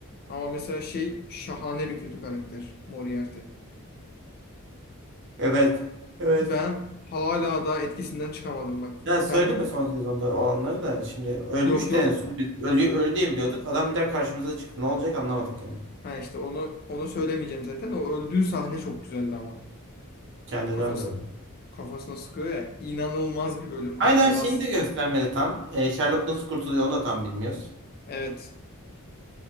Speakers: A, on the left; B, on the right.
A: ama mesela şey şahane bir kötü karakter Moriarty.
B: Evet. Evet.
A: Ben hala daha etkisinden çıkamadım bak. Ben
B: Ya söyleme
A: bir
B: son sezonda olanları da şimdi ölmüş
A: yok yok.
B: de en son biz ölü, ölü diye biliyorduk. Adam bir daha karşımıza çıktı. Ne olacak anlamadık yani.
A: Ha işte onu onu söylemeyeceğim zaten. O öldüğü sahne çok güzeldi ama.
B: Kendini
A: Kafası
B: öldürdü.
A: kafasına sıkıyor ya. İnanılmaz bir bölüm kanka
B: Hala şeyi
A: bas.
B: de göstermedi tam. E, Sherlock nasıl kurtuluyor onu da tam bilmiyoruz.
A: Evet.